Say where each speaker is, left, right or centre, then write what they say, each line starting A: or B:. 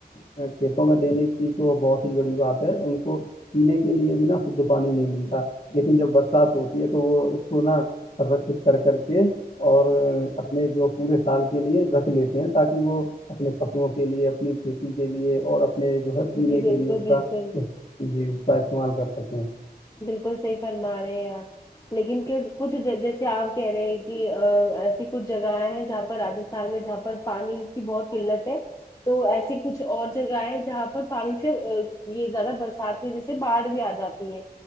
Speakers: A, on the left; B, on the left.
A: کھیتوں میں دینے کی تو بہت ہی بڑی بات ہے ان کو پینے کے لیے بھی نا شھ پانی نہیں ملتا لیکن جب برسات ہوتی ہے تو وہ اس کو نا سدشت کر کر کے اور اپنے جو پورے سال کے لیے رکھ لیتے ہیں تاکہ وہ اپنے پشوؤں کے لیے اپنی کھیتی کے لیے اور اپنے جو ہے پینے
B: جی
A: کے
B: بالکل
A: لیے اس کا
B: بالکل
A: جی اس کا استعمال کر سکتے ہیں
B: بالکل صحیح فرما رہے ہیں آپ لیکن کچھ جیسے آپ کہہ رہے ہیں کہ ایسی کچھ جگہیں ہیں جہاں پر رجستھان میں جہاں پانی کی بہت قلت ہے تو ایسی کچھ اور جگہ ہے جہاں پر پانی سے یہ زیادہ برسات کی وجہ سے باڑھ بھی آ جاتی ہے